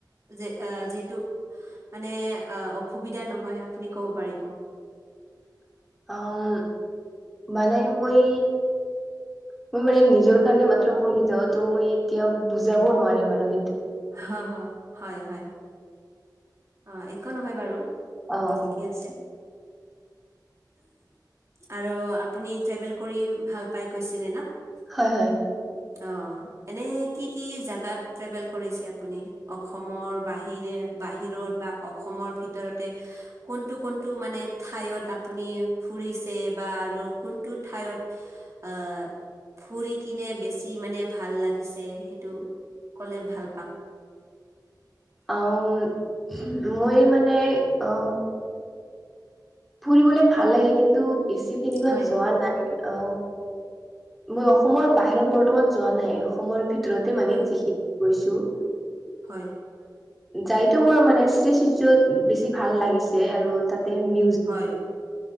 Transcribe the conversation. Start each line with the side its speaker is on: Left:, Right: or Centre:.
Right: যে যিহেতটো মানে অসুবিধা নহয় আপুনি ক'ব পাৰিব।
Centre: <unintelligible> উম মানে মই মই মানে নিজৰ কাৰণে মাত্ৰ পঢ়ি যাও ত' মই এতিয়া বুজাব নোৱাৰিম আৰু।
Right: হা হা হয় হয়। অ একো নহয় বাৰু
Centre: অ
Right: ঠিকেই আছে।
Centre: <inaudible>
Right: আৰু আপুনি ট্ৰেভেল কৰি ভাল পাই কৈছিলে না। <unintelligible>
Centre: হয় হয়।
Right: অ এনে কি কি জোগাত ট্ৰেভেল কৰিছে আপুনি অসমৰ বাহিৰে বাহি। বাহিৰত বা অসমৰ ভিতৰতে কোনটো কোনটো মানে ঠাইয়ত আপুনি ফুৰিছে <unintelligible> যে বা আৰু কোনটো ঠাইত আ ফুৰিকিনে বেছি মানে বেছি। <unintelligible> ভাল লাগিছে সেইটো কলে ভাল পাম।
Centre: অম মই মানে অ। ফুৰিবলে ভাল লাগে কিন্তু বেছি তেনেকুৱা
Right: হয়,
Centre: যোৱা নাই। অ মই অসমৰ বাহিৰত বৰ্তমান যোৱা নাই অসমৰ ভিতৰত <unintelligible> ভিতৰতে মানে
Right: হয়,
Centre: যিখিনি কৈছো
Right: হয়
Centre: যাইটো মোৰ মানে শ্ৰীচত বেছি ভাল লাগিছে আৰু তাতে <unintelligible>
Right: হয়